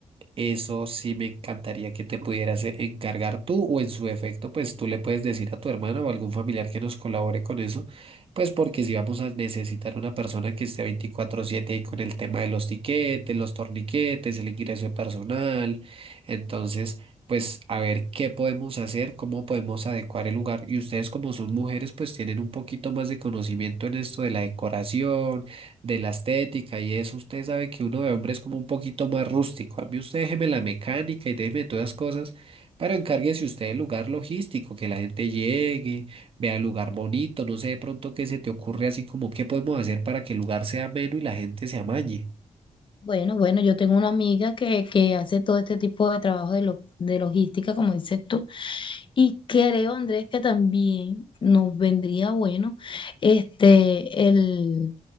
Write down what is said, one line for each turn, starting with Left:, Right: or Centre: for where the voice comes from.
Right: Eso sí me encantaría que te pudieras eh, encargar tú o en su defecto, pues tú le puedes decir a tu hermana o algún familiar que nos colabore con eso, pues porque si vamos a necesitar una persona que esté 24/7 ahí con el tema de los tiquetes, los torniquetes, el ingreso de personal, entonces, pues a ver qué podemos hacer, cómo podemos adecuar el lugar y ustedes como son mujeres, pues tienen un poquito más de conocimiento en esto de la decoración de la estética y eso, usted sabe que uno de hombre es como un poquito más rústico. A mí usted déjeme la mecánica y déjeme todas las cosas, pero encárguese usted del lugar logístico, que la gente llegue, vea el lugar bonito, no sé de pronto qué se te ocurre así como qué podemos hacer para que el lugar sea ameno y la gente se amañe.
Left: Bueno, bueno, yo tengo una amiga que, que hace todo este tipo de trabajo de, lo- de logística, como dices tú, y creo, Andrés, que también nos vendría bueno este el,